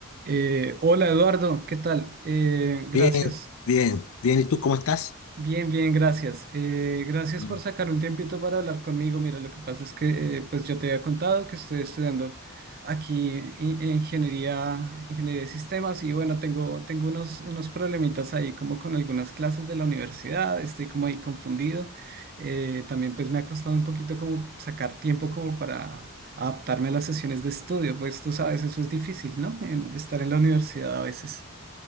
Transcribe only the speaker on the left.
Bien, bien, bien. ¿Y tú cómo estás?
Mm,